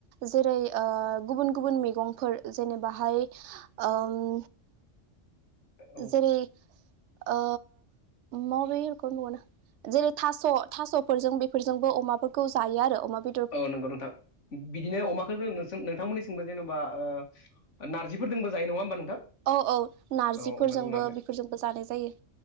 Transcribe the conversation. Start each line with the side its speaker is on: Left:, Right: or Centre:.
Right: जेरै ओ गुबुन गुबुन मैगंफोर जेनेबाहाय ओ उम
Left: औ
Right: जेरै ओ माबे रोखोम नङा ना जेरै थास' थास'फोरजों बेफोरजोंबो अमाफोरखौ जायो आरो अमा बे
Left: औ नंगौ नोंथां बिदिनो अमाखौ जोङो जों नोंथांमोननिसिंबो जेन'बा ओ नारजिफोर दंबो जायो नङा होमबा नोंथां?
Right: औ औ नारजिफोरजोंबो
Left: औ अमाजों नारजि
Right: बेफोरजोंबो जानाय जायो।